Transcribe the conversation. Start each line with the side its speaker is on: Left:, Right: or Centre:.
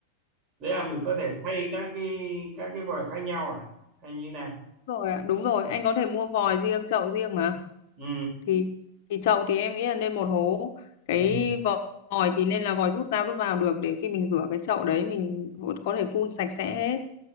Right: đấy là mình có thể thay các cái các cái vòi khác nhau à hay như nào
Left: rồi ạ, đúng rồi anh có thể mua vòi riêng chậu riêng mà
Right: ừ
Left: thì thì chậu thì em nghĩ là nên một hố cái
Right: ừ
Left: vò- vòi thì nên là vòi rút ra rút vào được để khi mình rửa cái chậu đấy mình cũng có thể phun sạch sẽ hết